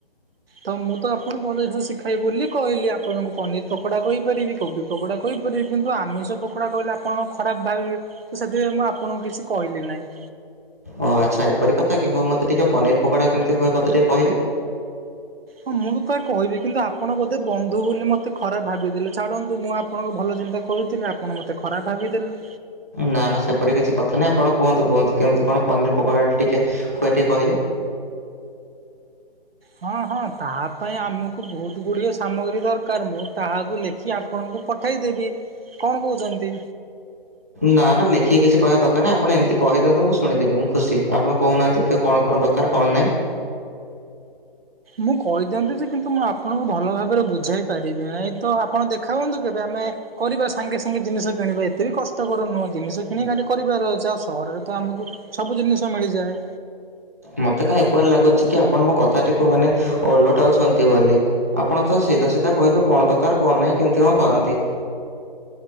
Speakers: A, on the right; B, on the right.
A: ତ ମୁଁ ତ ଆପଣଙ୍କୁ ଭଲ ଜିନଷ ଶିଖାଇବ ବୋଲି କହିଲି, ଆପଣଙ୍କୁ ପନିର ପକୋଡ଼ା କହିପାରିବି କୋବି ପକୋଡ଼ା କହିପାରିବି, କିନ୍ତୁ ଆମିଷ ପକୋଡ଼ା କହିଲେ ଆପଣ ଖରାପ ଭାବିବେ। ସେଥିପାଇଁ ମୁଁ ଆପଣଙ୍କୁ କିଛି କହିଲି ନାହିଁ।
B: ଓ ଆଚ୍ଛା ଏପରି କଥା କି, ହଉ ମୋତେ ଟିକେ ପନିର ପକୋଡା କେମିତି ହୁଏ? ମତେ ଟିକେ କହିଲେ?
A: ହଁ- ମୁଁ ତାହା କହିବି, କିନ୍ତୁ ଆପଣ ବୋଧେ ବନ୍ଧୁ ବୋଲି ମତେ ଖରାପ ଭାବିଦେଲେ ଛାଡ଼ନ୍ତୁ। ମୁଁ ଆପ ଆପଣଙ୍କ ଭଲ ଚିନ୍ତା କରୁଥିଲି, ଆପଣ ମତେ ଖରାପ ଭାବିଦେଲେ।
B: ନା- ନା ସେପରି କିଛି କଥା ନାହିଁ ଆପଣ କୁହନ୍ତୁ କୁହନ୍ତୁ, କେମିତି କଣ ପନିର ପକୋଡ଼ାଟି ଟିକେ ହୁଏ ଟିକେ କହିଲେ?
A: ହଁ- ହଁ ତାହା ପାଇଁ ଆମକୁ ବହୁତ ଗୁଡ଼ିଏ ସାମଗ୍ରୀ ଦରକାର, ମୁଁ ତାହାକୁ ଲେଖି ଆପଣଙ୍କୁ ପଠେଇଦେବି, କଣ କହୁଛନ୍ତି?
B: ନା- ନା ଲେଖିକି କିଛି କହିବା ଦରକାରନାହିଁ, ଆପଣ ଏମିତି କହିଦିଅନ୍ତୁ ମୁଁ ଶୁଣିଦେବି ମୁଁ ଖୁସି। ଆପଣ କହୁନାହାନ୍ତି କଣ କଣ ଦ ତାର କଣ ନାହିଁ?
A: ମୁଁ କହିଦିଅନ୍ତି ଯେ, କିନ୍ତୁ ମୁଁ ଆପଣଙ୍କୁ ଭଲ ଭାବରେ ବୁଝାଇ ପାରିବି ନାହିଁ। ତ ଆପଣ ଦେଖା ହୁଅନ୍ତୁ କେବେ ଆମେ କରିବା ସାଙ୍ଗେ ସାଙ୍ଗେ ଜିନିଷ କିଣିବା, ଏତେ ବି କଷ୍ଟକର ନୁହଁ। ଜିନିଷ କିଣି ଖାଲି କରିବାର ଅଛି, ଆଉ ସହରରେ ତ ଆମକୁ ସବୁ ଜିନିଷ ମିଳିଯାଏ।
B: ମୋତେ କାଇଁ ଏପରି ଲାଗୁଛି କି, ଆପଣ ମୋ କଥାଟିକୁ ମାନେ ଓଲଟାଉଛନ୍ତି ବୋଲି। ଆପଣ ତ ସିଧା ସିଧା କହିବେ, କଣ ଦରକାର କଣ ନାହିଁ। କେମତି କଣ କରନ୍ତି?